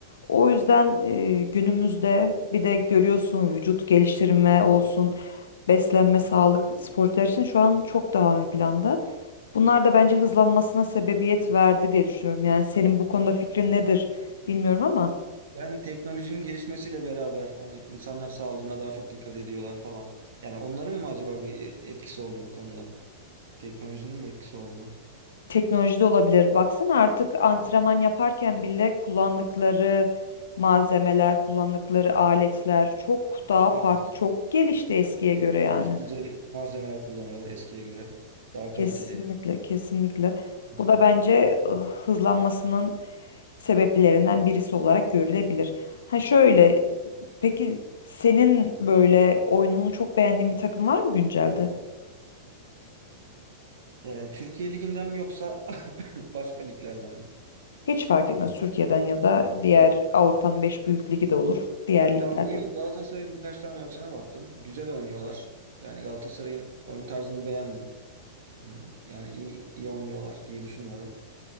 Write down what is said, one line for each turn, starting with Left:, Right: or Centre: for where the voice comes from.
Left: O yüzden e, günümüzde bir de görüyorsun vücut geliştirme olsun, beslenme, sağlık, sporcular için şu an çok daha ön planda. Bunlar da bence hızlanmasına sebebiyet verdi diye düşünüyorum. Yani senin bu konuda fikrin nedir bilmiyorum ama
Right: Yani teknolojinin gelişmesiyle beraber hani insanlar sağlığına daha çok dikkat ediyorlar falan. Yani onların mı acaba bir e, etkisi oldu bu konuda? Teknolojinin mi etkisi oldu?
Left: teknoloji de olabilir. Baksana artık antrenman yaparken bile kullandıkları malzemeler, kullandıkları aletler çok daha farklı,
Right: Evet.
Left: çok gelişti eskiye göre yani.
Right: Üst düzey malzemeler kullanıyorlar eskiye göre. Daha
Left: Kesinlikle,
Right: kaliteli.
Left: kesinlikle.
Right: Hı.
Left: Bu da bence ıı, hızlanmasının sebeplerinden birisi olarak görülebilir. Ha şöyle, peki senin böyle oyununu çok beğendiğin bir takım var mı güncelde?
Right: Ee, Türkiye Ligi'nden mi yoksa <laughs> başka liglerden mi?
Left: Hiç fark etmez. Türkiye'den ya da diğer Avrupa'nın 5 büyük ligi de olur. Diğer ligler
Right: Ya bu yıl
Left: de olur.
Right: Galatasaray'ın birkaç tane maçına baktım. Güzel oynuyorlar. Yani Galatasaray'ın oyun tarzını beğendim. Hmm, Yani iyi iyi oynuyorlar diye düşünüyorum.